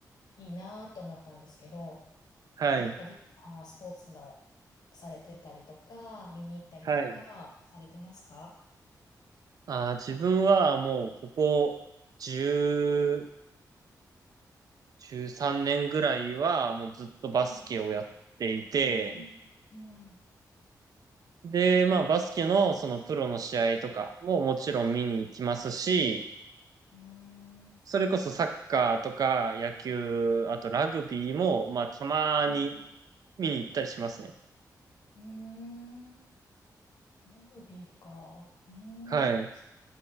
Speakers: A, on the left; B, on the right.
A: いいなと思ったんですけど、
B: はい、
A: 何かリキさんはスポーツのされてたりとか、見に行ったりとかされてますか
B: はい。あー、自分はもうここ10、13年ぐらいはもうずっとバスケをやっていて、
A: はい。うん。うん。
B: で、まあバスケのそのプロの試合とかももちろん見に行きますし、
A: うん。
B: それこそサッカーとか野球、あとラグビーもまあたまに
A: うん。
B: 見に行ったりしますね。
A: うん。ラグビーか。うーん。
B: はい。